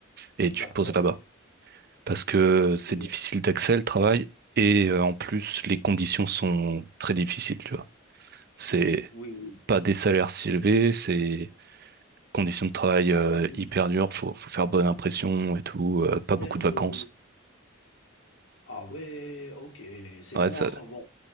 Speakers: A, on the right; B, on the left.
A: et tu
B: d'accord.
A: te poses là-bas. Parce que c'est
B: Très bien.
A: difficile d'accès, le travail, et euh, en plus, les
B: Oui,
A: conditions sont très difficiles, tu vois. C'est
B: oui, oui.
A: pas des salaires si élevés, c'est Conditions de travail
B: Ah,
A: euh,
B: carrément.
A: hyper dures, faut, faut faire bonne impression et tout, euh,
B: Sérieux?
A: pas beaucoup de vacances.
B: Ah ouais, OK, c'est
A: Ouais,
B: bon
A: ça,
B: à savoir